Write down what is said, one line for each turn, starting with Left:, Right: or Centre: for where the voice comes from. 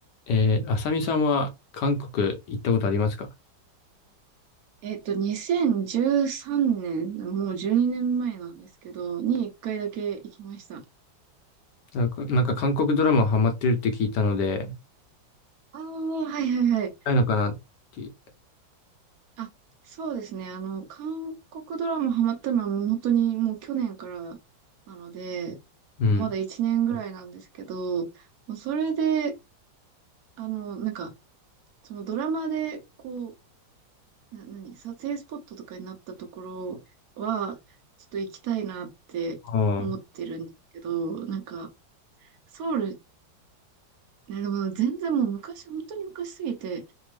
Left: えー、あさみさんは韓国行ったことありますか
Right: えっと、2013年、もう12年前なんですけど、に1回だけ行きました。
Left: なんか、なんか韓国ドラマハマってるって聞いたので、
Right: ああ、はいはいはい。
Left: ないのかなって。
Right: あ、そうですね。あの、韓国ドラマハマったのはもう本当にもう去年からなので、
Left: うん。
Right: まだ1年ぐらいなんですけど、もうそれで、あの、なんか、そのドラマで、こう、な、何、撮影スポットとかになったところは、ちょっと行きたいなって思ってるんですけど、
Left: あ
Right: なんか、ソウルいや、でも全然もう昔、本当に昔すぎて、